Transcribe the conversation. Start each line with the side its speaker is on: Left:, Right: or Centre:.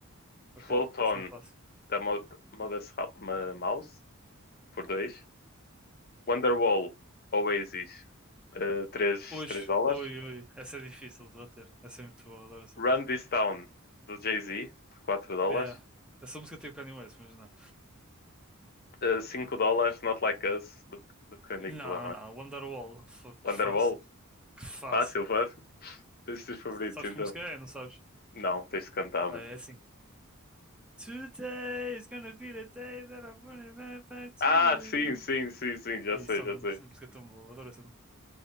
Centre: ok.
Left: Float On,
Centre: Isso é um clássico.
Left: da Mo- Modest Ra- Ma- Mouse, por dois Wonderwall, Oasis, uh, três
Centre: Hoje,
Left: três dólares.
Centre: oi, oi. Essa é difícil de bater. Essa é muito boa, adoro essa
Left: Run
Centre: música.
Left: This Town, do Jay-Z, por 4 dólares.
Centre: Yeah. Essa música tem o Kanye West, mas não.
Left: Uh, 5 dólares, Not Like Us, do, do Kendrick
Centre: Não,
Left: Lamar.
Centre: não, Wonderwall. Foi que
Left: Wonderwall,
Centre: fácil. Que fácil.
Left: fácil, fácil. Tens os teus favoritos,
Centre: Sabes
Left: então.
Centre: como música é, não sabes?
Left: Não, tens de cantar,
Centre: Vai,
Left: mano.
Centre: É assim. Today is gonna be the day that I'm running back back
Left: Ah,
Centre: to you.
Left: sim, sim, sim, sim, já
Centre: É
Left: sei,
Centre: isso, é
Left: já
Centre: uma-
Left: sei.
Centre: essa música é tão boa, adoro essa.